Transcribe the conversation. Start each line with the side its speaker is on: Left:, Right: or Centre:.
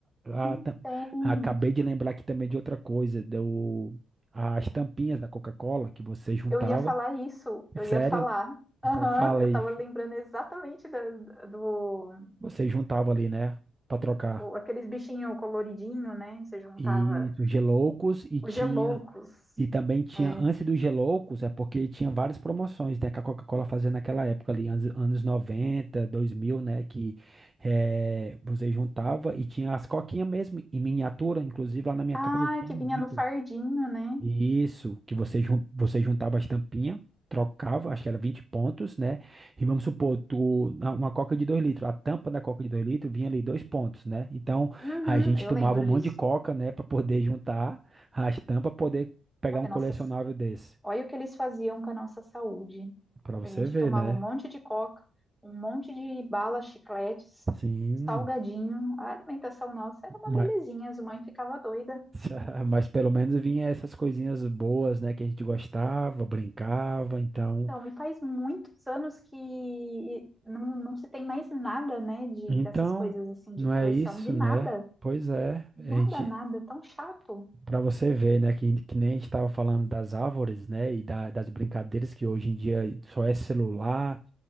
Right: Ah,
Centre: Não
Right: tam-
Centre: tem.
Right: acabei de lembrar aqui também de outra coisa, do, as tampinhas da Coca-Cola que você juntava.
Centre: Eu ia falar isso, eu
Right: Sério?
Centre: ia falar. Aham,
Right: Então fala
Centre: eu
Right: aí,
Centre: tava lembrando exatamente da- do,
Right: você juntava ali, né, Pra trocar.
Centre: o- aqueles bichinhos coloridinhos, né? Você juntava
Right: E os Geloucos e tinha
Centre: os geloucos.
Right: e também tinha
Centre: É.
Right: antes dos Geloucos, é porque tinha várias promoções, né, que a Coca-Cola fazia naquela época ali, anos, anos noventa dois mil né, que eh, você juntava e tinha as coquinhas mesmo em miniatura, inclusive lá na minha
Centre: Ah,
Right: casa eu tinha
Centre: que
Right: muito.
Centre: vinha no fardinho, né?
Right: Isso, que você, jun- você juntava as tampinhas, trocava, acho que era 20 pontos, né? E vamos supor, tu, na- uma coca de 2 litros, a tampa da coca de 2 litros vinha ali 2 pontos, né? Então
Centre: Uhum,
Right: a gente
Centre: eu
Right: tomava
Centre: lembro
Right: um monte
Centre: disso.
Right: de coca, né, para poder juntar as tampas, poder pegar
Centre: Olha,
Right: um
Centre: a
Right: colecionável
Centre: nossa,
Right: desse.
Centre: olha o que eles faziam com a nossa saúde.
Right: Para você
Centre: A gente
Right: ver,
Centre: tomava
Right: né?
Centre: um monte de coca, um monte de bala, chicletes,
Right: Sim,
Centre: salgadinho. A alimentação nossa era uma
Right: mas,
Centre: belezinha, as mães ficavam doidas.
Right: <laughs> mas pelo menos vinha essas coisinhas boas, né, que a gente gostava, brincava, então.
Centre: Então, e faz muitos anos que não, não se tem mais nada, né, de,
Right: Então,
Centre: dessas coisas assim, de
Right: não
Centre: coleção,
Right: é isso,
Centre: de nada.
Right: né? Pois é,
Centre: Nada,
Right: a gente,
Centre: nada, tão chato.
Right: para você ver, né, que, que nem a gente estava falando das árvores, né, e da- das brincadeiras que hoje em dia só é celular,